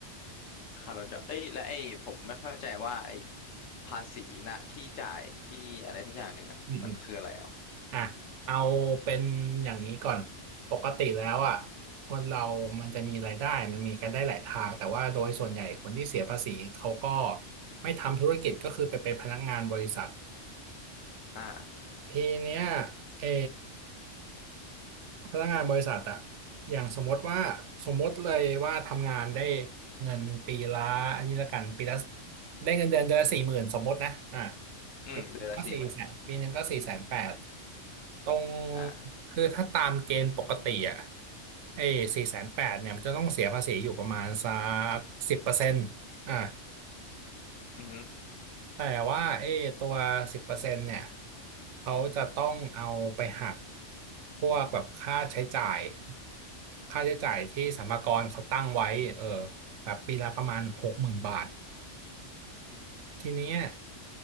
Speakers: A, on the left; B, on the right.
A: ค่ารถยนต์เอ้ยและไอ้ผมไม่เข้าใจว่าไอ้ภาษีนะที่จ่ายที่อะไรทักอย่างหนึ่งอ่ะมันคืออะไรอ่ะ
B: อืมอืมอ่ะเอาเป็นอย่างนี้ก่อนปกติแล้วอ่ะคนเรามันจะมีรายได้มันมีกันได้หลายทางแต่ว่าโดยส่วนใหญ่คนที่เสียภาษีเขาก็ไม่ทำธุรกิจก็คือไปเป็นพนักงานบริษัท
A: อ่า
B: ทีเนี้ยเออพนักงานบริษัทอ่ะอย่างสมมติว่าสมมติเลยว่าทำงานได้เงินปีละอันนี้ละกันปีละได้เงินเดือนเดือนละสี่หมื่นสมมตินะอ่ะ
A: อืมเดือนละสี่หมื่น
B: ปีหนึ่งก็สี่แสนปีหนึ่งก็สี่แสนแปด ตรง
A: อ่า
B: คือถ้าตามเกณฑ์ปกติอ่ะไอ้สี่แสนแปดเนี่ยมันจะต้องเสียภาษีอยู่ประมาณสักสิบเปอร์เซ็นต์อ่ะ
A: อือฮึ
B: แต่ว่าไอ้ตัวสิบเปอร์เซ็นต์เนี่ยเขาจะต้องเอาไปหักพวกแบบค่าใช้จ่ายค่าใช้จ่ายที่สรรพากรเขาตั้งไว้เออแบบปีละประมาณหกหมื่นบาททีเนี้ย